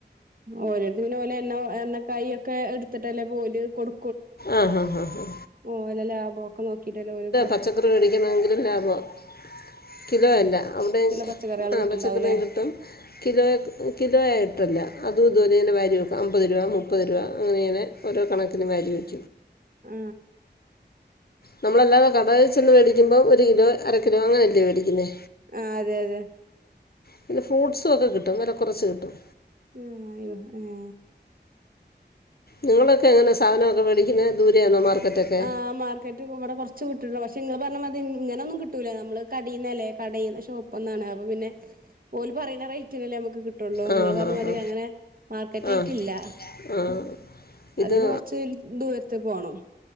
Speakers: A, on the right; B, on the left.
A: ഓരോരുത്തന പോലെ എണ്ണ എണ്ണക്കായ ഒക്കെ എടുത്തിട്ടല്ലേ പോല് കൊടു
B: ആ ആ ആ ആ
A: ഓല്ല ലാഭമൊക്കെ നോക്കിട്ടല്ലോ ഒരു പുൊറത്ത
B: പച്ചക്കറി മേടിക്കണമെങ്കിലും ലാഭമാണ് കിലോ അല്ല അവിടെ
A: പച്ചക്കറികള്
B: ആ
A: കിട്ടുണ്ടാവൂലേ
B: പച്ചക്കറി കിട്ടും കിലോ കിലോ ആയിട്ട അല്ല അത് ഇതുോലെ ഇങ്ങനെ വാരി വെക്കും അമ്പത് രൂപ മുപ്പത് രൂ അങ്ങനെങ്ങനെ ഓരോണക്കിനും വാരി വയ്ക്കും
A: ആ
B: നമ്മളല്ലാതെ കട ചന്ന് മേടിക്കുമ്പോ ഒരു കിലോ അര കിലോ അങ്ങനെയല്ലേ മേടിക്കുന്നേ
A: ആ അതെ അതെ
B: പിന്നെ ഫ്രൂ്സും ഒക്കെ കിട്ടും വില കുറച്ച് കിട്ടും
A: ആ ആയോ ആ
B: നിങ്ങളൊക്കെ എങ്ങനെ സാധനമൊക്കെ മേടിക്കുന്നത് ദൂരയാന്നോ മാർക്കറ്റൊക്കെ
A: ആ മാർക്കറ്റ് ഇവിടെ കുറച്ച് വിട്ടുണ്ട് പക്ഷെ നിങ്ങൾ പറഞ്ഞാ മതി ഇങ്ങനൊന്നും കിട്ടൂല നമ്മള് കടയിുന്നല്ലേ കടക്ഷെ ഓനാണ് അപ്പൊ പിന്നെ ഓല പറയുന്ന റേറ്റിനല്ലേ നമുക്ക് ള്ളൂ
B: ആ
A: നിങ്ങൾ പറഞ്ഞ
B: ആ
A: മാതി
B: ആ
A: അങ്ങനെ മാർക്കറ്റ്
B: ആ
A: ആയിട്ടില്ല
B: ആ ഇത്
A: അതിന് കൊറച്ച് ദൂരത്ത് പോണം